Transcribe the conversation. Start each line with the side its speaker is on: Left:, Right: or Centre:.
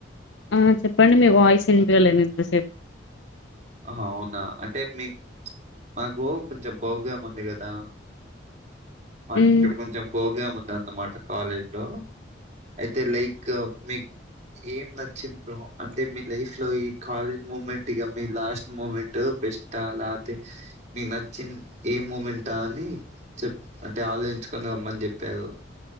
Left: ఆ చెప్పండి మీ వాయిస్ ఇన్‌పయలేధు ఇంథాసేపు
Right: ఆహా అవునా అంటే మీ మాకు కొంచెం బాగా ఉంది కదా మాకు
Left: మ్మ్
Right: ఇక్కడ కొంచెం బోగా ఉందంద అన్నమాట కాలేజ్ లో అయితే లైక్ మీకె ఏం నచ్చిందో అంటే మీ లైఫ్ లో ఈ కాలేజ్ మూమెంట్గా మీ లాస్ట్ మూమెంట్ బెస్ట్ అలాతే మీకు నచ్చిన ఏ మూమెంట్ఆ అని చె అంటే ఆలోచించుకుొని రమ్మని చెప్పారు